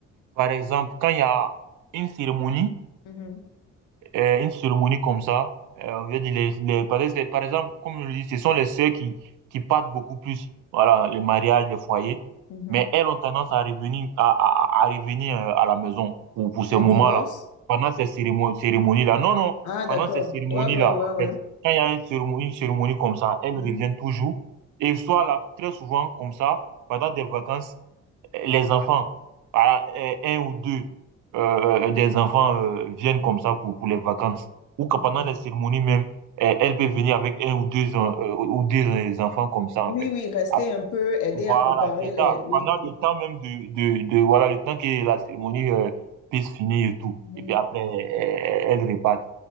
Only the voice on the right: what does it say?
par exemple, quand il y a une cérémonie,
euh, une cérémonie comme ça. Euh, on veut dire les, les- par exemple, par exemple, comme je le dis, ce sont les sœurs qui, qui partent beaucoup plus, voilà, les mariages, les foyers.
Mais elles ont tendance à revenir, à, à, à- à revenir euh, à la maison pour, pour ces
moments-là.
Pendant ces cérémonies, cérémonies-là. Non, non,
pendant ces cérémonies-là,
en
fait, quand il y a une cérémonie, une cérémonie comme ça, elles
reviennent toujours. Et soit là, très souvent, comme ça, pendant des vacances, les enfants, ah, eh, un ou deux euh, euh, des enfants euh, viennent comme ça pour, pour les vacances. Ou que
pendant les cérémonies même, eh, elle peut venir avec un ou deux, en- euh, ou deux euh, enfants comme ça,
en fait.
Après,
voilà,
c'est
ça.
Pendant
le temps même de, de, de- voilà, le temps que la cérémonie euh, puisse finir et tout.
Et puis après, eh, elle repart.